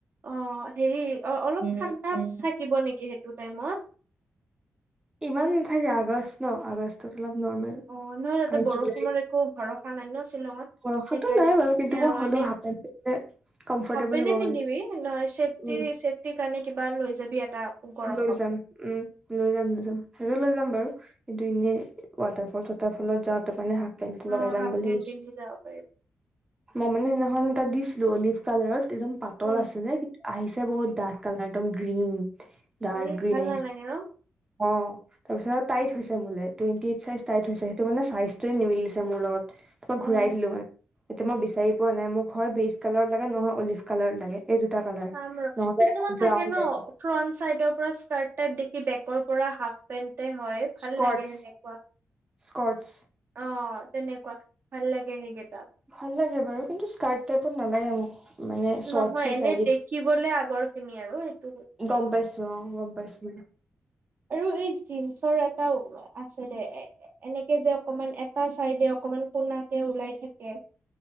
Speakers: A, on the right; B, on the right.
A: অ', হেৰি অ', অলপ ঠাণ্ডা থাকিব নেকি সেইটো টাইমত?
B: ইমান নাথাকে আগষ্ট ন আগষ্টত অলপ নৰ্মেল।
A: অ', নহয় তাতে
B: কাৰণ
A: বৰষুণৰ
B: জুলাই
A: একো ভৰষা নাই ন শ্বিলঙত
B: বৰষাতো
A: সেইকাৰণে
B: নাই বাৰু কিন্তু
A: অ',
B: মই হ'লেও
A: এনে
B: হাফ পেন্ট পিন্ধিলে কমফৰ্টেবল
A: হাফ পেনে
B: হ'ব
A: পিন্ধিবি
B: মানে
A: নহয় চেফটি,
B: উম
A: চফটিৰ কাৰণে কিবা লৈ যাবি এটা। গৰম
B: লৈ
A: কাপোৰ
B: যাম উম, লৈ যাম, লৈ যাম সেইটো লৈ যাম বাৰু। কিন্তু এনেই ৱাটাৰফল চৱাটাৰফলত যাওঁতে মানে হাফ পেনটো
A: অ
B: লগাই যাম
A: হাফ
B: বুলি
A: পেন্ট
B: ভাবিছোঁ।
A: পিন্ধি যাব পাৰিবি
B: মই মানে সেইদিনাখন তাত দিছিলোঁ, অলিভ কালাৰত একদম পাতল
A: উম
B: আছিলে কিন্তু আহিছে বহুত ডাঠ কাল একদম গ্ৰীণ ডাৰ্ক
A: এই
B: গ্ৰীণ
A: ভাল
B: আহিছে,
A: নালাগে ন
B: অ'। তাৰপিছত আৰু টাইট হৈছে মোলে, টুৱেণ্টি এইট চাইজ টাইট হৈছে, সেইটো মানে চাইজটোৱে নিমিলিছে মোৰ লগত। মই
A: অ
B: ঘুৰাই দিলোঁ আৰু এতিয়া মই বিচাৰি পোৱা নাই মোক হয় বিজ কালৰত লাগে নহয় অলিভ কালাৰত লাগে। এই দুটা কালাৰ
A: চাম ৰ
B: নহ'লে
A: কিছুমান
B: এটা
A: থাকে
B: ব্ৰাউন
A: ন
B: টাইপত।
A: ফ্ৰন্ট চাইডৰ পৰা স্কাৰ্ট টাইপ দেখি বেকৰ পৰা হাফ পেন্টে হয়। ভাল
B: স্কটছ,
A: লাগে সেনেকুৱা
B: স্কটছ।
A: অ', তেনেকুৱা ভাল লাগে সেইকেইটা।
B: ভাল লাগে বাৰু কিন্তু স্কাৰ্ট টাইপত নালাগে মোক। মানে চৰ্টছে
A: নহয় এনে
B: চাই দিম
A: দেখিবলে আগৰ খিনি আৰু সেইটো কৈছোঁ।
B: গম পাইছোঁ অ', গম পাইছোঁ।
A: আৰু এই জীনচৰ এটা আছে দে এ এনেকে যে অকমান এটা চাইডে অকমান কোনাকে ওলাই থাকে।